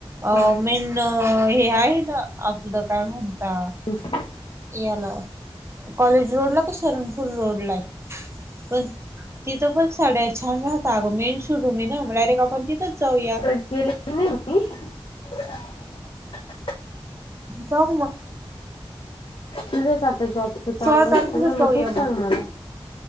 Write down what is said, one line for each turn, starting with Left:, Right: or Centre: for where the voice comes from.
Right: अ
Left: ह
Right: मेन हे आहे ना आपलं काय म्हणता
Left: म्हणजे
Right: याला कॉलेज रोड ला की शरणपुर रोड ला आहे पण तिथं पण साड्या छान राहतात अग मेन शोरूम आहे न, मग डायरेक्ट आप तिथंच, जाऊया या.
Left: <unintelligible> तुझ्या
Right: जाऊ मग
Left: तुझेच आता जॉबच चालू
Right: सोळा
Left: असत
Right: तारखेलाच
Left: ना, मग
Right: जाऊया
Left: तूच सांग मला,